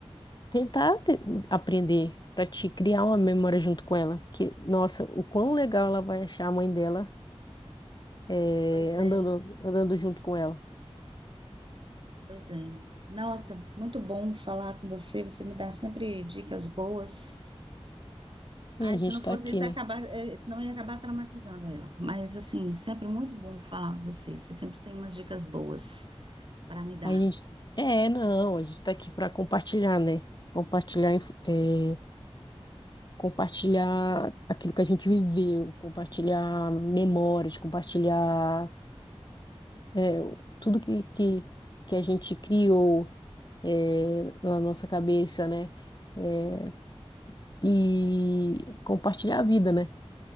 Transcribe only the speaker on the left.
tentar te- aprender para te criar uma memória junto com ela. Que, nossa, o quão legal ela vai achar a mãe dela eh,
andando, andando junto com ela.
E a
gente
tá aqui,
né?
A gente. É, não, a gente tá aqui para compartilhar, né? Compartilhar, inf- eh, compartilhar aquilo que a gente viveu, compartilhar memórias, compartilhar eh, tudo que, que, que a gente criou eh, na nossa cabeça, né? Eh, e compartilhar a vida, né?